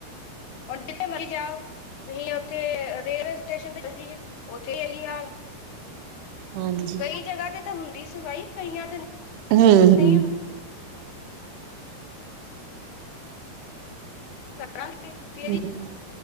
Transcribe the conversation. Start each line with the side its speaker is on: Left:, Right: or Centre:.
Left: ਹੁਣ ਜਿੱਥੇ ਮਰੀ ਜਾਓ। ਤੁਸੀਂ ਉੱਥੇ ਰੇਲਵੇ ਸਟੇਸ਼ਨ ਤੇ ਚੱਲ ਜਾਈਏ ਉੱਥੇ ਇਹੀ ਹਾਲ।
Right: ਹਾਂਜੀ।
Left: ਕਈ ਜਗ੍ਹਾ ਤੇ ਤਾਂ ਹੁੰਦੀ ਸਫਾਈ ਕਈਆਂ ਤੇ
Right: ਹਮ
Left: ਨਹੀਂ
Right: ਹਮ।
Left: ਰਾਂਾਂਗੇ ਫਿਰ
Right: ਹੂੰ,